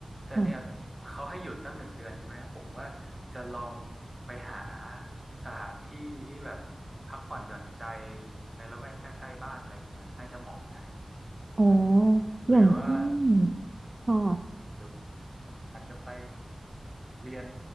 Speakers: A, on the right; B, on the right.
A: แต่เนี่ย
B: ค่ะ
A: เขาให้หยุดตั้งหนึ่งเดือนใช่ไหม ผมว่าจะลองไปหาสถานที่ที่แบบพักผ่อนหย่อนใจในละแวกใกล้ๆบ้านอะไรอย่างเงี้ยน่าจะเหมาะนะ
B: อ๋อ
A: เออหรือว่า
B: อย่างเช่นค่ะ
A: หรืออาจจะไปเรียน